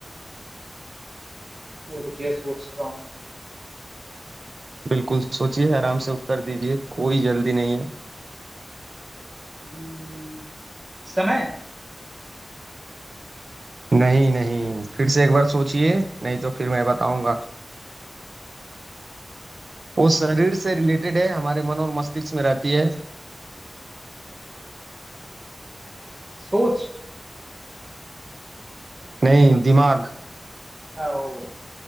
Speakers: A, on the right; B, on the right.
A: है रुकिए सोच रहा हूँ ऐसी
B: बिल्कुल
A: कौन सी
B: सोचिए आराम से उत्तर दीजिए कोई जल्दी नहीं है
A: हम्म, समय
B: नहीं नहीं फिर से एक बार सोचिए नहीं तो फिर मैं बताऊंगा वो शरीर से रिलेटेड है हमारे मन और मस्तिष्क में रहती है
A: सोच
B: नहीं दिमाग
A: ओ,